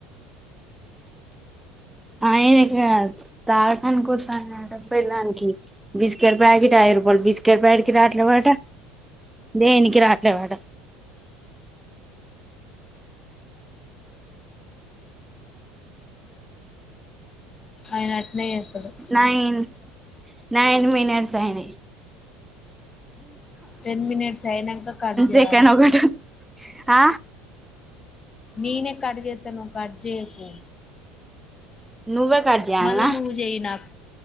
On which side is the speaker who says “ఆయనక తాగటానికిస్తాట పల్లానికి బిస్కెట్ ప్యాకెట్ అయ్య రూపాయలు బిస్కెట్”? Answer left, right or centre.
Centre